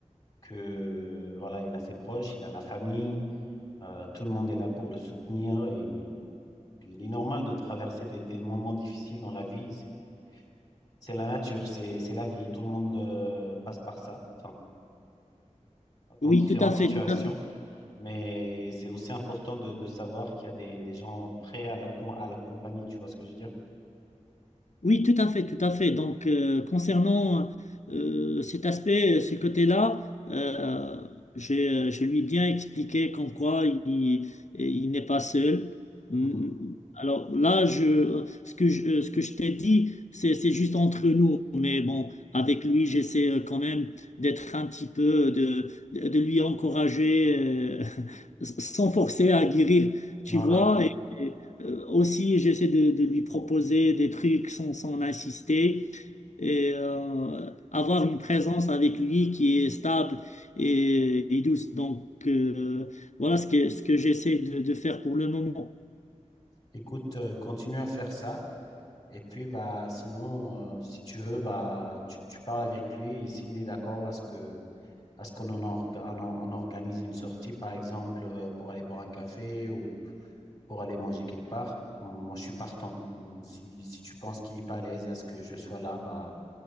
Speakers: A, on the left; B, on the left.
A: que voilà, il a ses proches, il a la famille, Euh, tout le monde est là pour le soutenir et puis il est normal de traverser des, des moments difficiles dans la vie. C'est c'est la nature, c'est c'est la vie. Tout le monde euh, passe par ça, enfin, dans
B: Oui,
A: différentes
B: tout à fait,
A: situations.
B: tout à fait.
A: Mais c'est aussi important de, de savoir qu'il y a des, des gens prêts à la, com- à la compagnie, tu vois ce que je veux dire?
B: Oui, tout à fait, tout à fait. Donc, euh, concernant euh, cet aspect, ce côté-là, euh, je, je lui ai bien expliqué comme quoi il, il n'est pas seul. Mm,
A: Mhm.
B: Alors là, je, ce que je, ce que je t'ai dit, c'est, c'est juste entre nous. Mais bon, avec lui, j'essaie euh, quand même d'être un petit peu, de, de lui encourager euh, <laughs> sans forcer à guérir, tu
A: Voilà.
B: vois. Et, euh, aussi, j'essaie de, de lui proposer des trucs sans, sans insister et euh, avoir une présence avec lui qui est stable et, et douce. Donc, euh, voilà ce que, ce que j'essaie de, de faire pour le moment.
A: Écoute, euh, continue à faire ça. Et puis, bah, sinon, euh, si tu veux, bah, tu, tu parles avec lui. Et s'il est d'accord à ce que Est-ce qu'on en org- on en- on organise une sortie, par exemple, euh, pour aller boire un café ou pour aller manger quelque part? Moi, je suis partant. Hum, Si, si tu penses qu'il n'est pas à l'aise à ce que je sois là, bah,